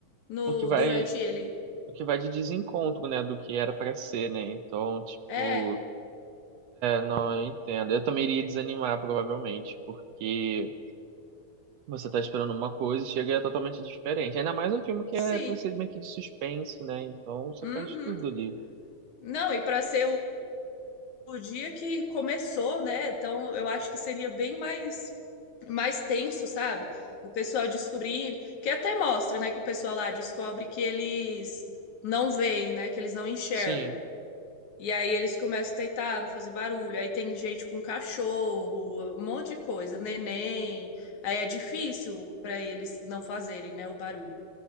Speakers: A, on the left; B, on the right.
A: no
B: O que vai,
A: durante ele.
B: o que vai de desencontro, né? Do que era pra ser, né? Então, tipo,
A: É,
B: não, eu entendo. Eu também iria desanimar, provavelmente, porque. Você tá esperando uma coisa e chega e é totalmente diferente. Ainda mais um filme que
A: sim.
B: é pra ser meio que de suspense, né? Então você
A: Uhum.
B: perde tudo ali.
A: Não, e para ser o o dia que começou, né? Então eu acho que seria bem mais mais tenso, sabe? O pessoal descobrindo, que até mostra, né, que o pessoal lá descobre que eles não veem, né, que eles não enxergam.
B: Sim,
A: E aí eles começam a tentar não fazer barulho. Aí tem gente com cachorro, um monte de coisa, neném. Aí é difícil para eles não fazerem, né, o barulho.